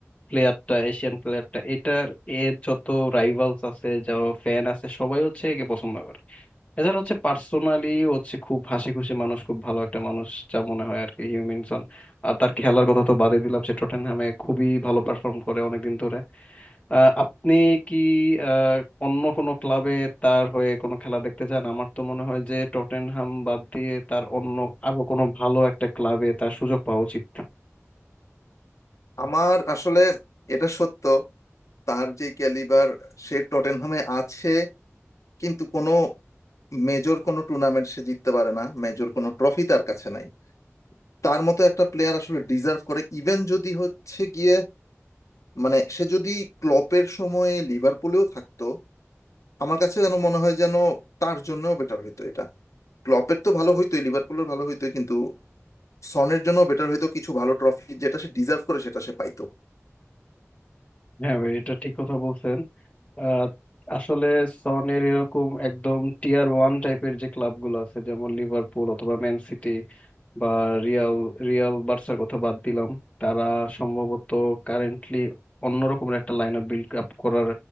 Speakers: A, on the left (about 25°); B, on the left (about 80°).
A: প্লেয়ারটা এশিয়ান প্লেয়ারটা এটার এর যত রাইভালস আছে যত ফ্যান আছে সবাই হচ্ছে একে পছন্দ করে এছাড়া হচ্ছে পার্সোনালি হচ্ছে খুব হাসি খুশি মানুষ খুব ভালো একটা মানুষ যা মনে হয় আর কি হিউমিনসন আর তার খেলার কথা তো বাদই দিলাম সে টটেনহামে খুবই ভালো পারফর্ম করে অনেকদিন ধরে আহ, আপনি কি আহ, অন্য কোনো ক্লাবে তার হয়ে কোনো খেলা দেখতে চান আমার তো মনে হয় যে টটেনহাম বাদ দিয়ে তার অন্য আরো কোনো ভালো একটা ক্লাবে তার সুযোগ পাওয়া উচিত
B: আমার আসলে এটা সত্য তার যে ক্যালিবার সে টটেনহামে আছে কিন্তু কোনো মেজর কোনো টুর্নামেন্ট সে জিততে পারে না মেজর কোনো ট্রফি তার কাছে নাই তার মতো একটা প্লেয়ার আসলে ডিজার্ভ করে ইভেন যদি হচ্ছে গিয়ে মানে সে যদি ক্লপের সময়ে লিভারপুলেও থাকতো আমার কাছে যেন মনে হয় যেন তার জন্য বেটার হইতো এটা ক্লপের তো ভালো হইতোই লিভারপুলের ভালো হইতো কিন্তু সনের জন্য বেটার হইতো কিছু ভালো ট্রফি যেটা সে ডিজার্ভ করে সেটা সে পাইতো
A: হ্যাঁ ভাই এটা ঠিক কথা বলছেন আহ, আসলে সনের এরকম একদম টিয়ার ওয়ান টাইপের যে ক্লাবগুলো আছে যেমন লিভারপুল অথবা ম্যান সিটি বা রিয়াল রিয়াল বার্সার কথা বাদ দিলাম তারা সম্ভবত কারেন্টলি অন্যরকমের একটা লাইন আপ বিল্ড আপ করার